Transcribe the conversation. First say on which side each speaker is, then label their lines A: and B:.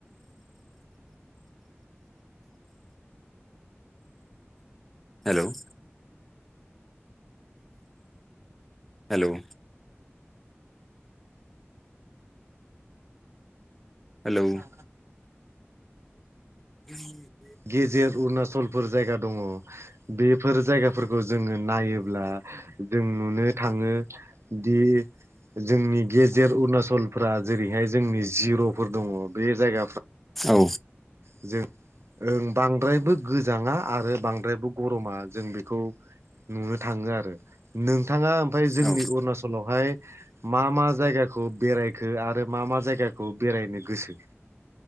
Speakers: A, in the centre; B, on the right (about 70°).
A: हेल' हेल' हेलौ
B: आ
A: जै
B: गेजेर अरुनााचलफोर जायगा दङ। बेफोर जायगाफोरखौ जोङो नायोब्ला जों नुनो थाङो दि जोंनि गेजेर अरुणाचलफ्रा जेरैहाय जोंनि जिर'फोर दङ बे जायगाफ्रा
A: औ।
B: जों ओं बांद्रायबो गोजाङा आरो बांद्रायबो गरमा जों बेखौ नुनो थाङो आरो नोंथाङा ओमफफ्राय जोंनि
A: औ
B: अरुणाचलावहाय मा मा जायगाखौ बेरायखो आरो मा मा जायगाखौ बेरायनो गोसो